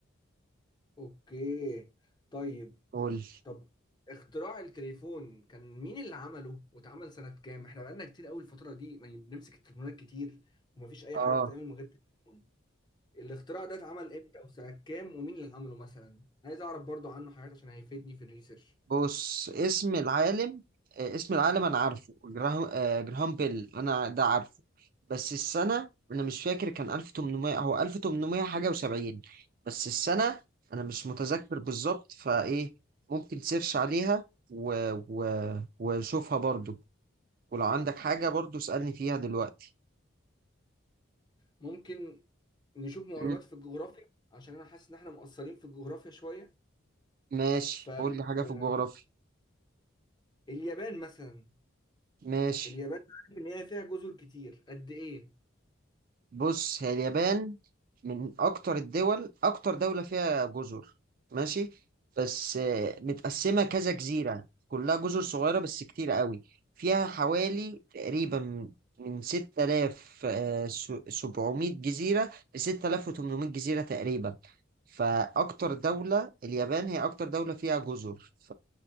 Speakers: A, on the left; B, on the right.
A: اوكي طيب
B: قول
A: طب اختراع التليفون كان مين اللي عمله واتعمل سنة كام؟ احنا بقالنا كتير قوي الفترة دي يعني بنمسك التليفونات كتير ومفيش أي
B: اه
A: حاجة بتتعمل من غير التليفون. الاختراع ده اتعمل امتى وسنة كام ومين اللي عمله مثلا؟ عايز أعرف برضو عنه حاجات عشان هيفيدني في الريسيرش.
B: بص اسم العالم آه، اسم العالم انا عارفه جراهام آه، جراهام بيل انا ده عارفه بس السنه انا مش فاكر كان 1800 هو 1800 حاجه و70 بس السنه انا مش متذكر بالظبط فايه ممكن تسيرش عليها و... و... وشوفها برضو ولو عندك حاجه برضو اسالني فيها دلوقتي
A: ممكن نشوف معلومات
B: مم.
A: في الجغرافيا عشان أنا حاسس إن احنا مقصرين في الجغرافيا شوية.
B: ماشي
A: ف آه،
B: قول لي حاجه في الجغرافيا
A: اليابان مثلا
B: ماشي
A: اليابان عارف إن هي فيها جزر كتير قد إيه؟
B: بص هي اليابان من اكتر الدول اكتر دولة فيها جزر ماشي بس آه، متقسمة كذا جزيرة كلها جزر صغيرة بس كتيرة قوي فيها حوالي تقريبا من من 6700 جزيرة ل 6800 جزيرة تقريبا فأكتر دولة اليابان هي أكتر دولة فيها جزر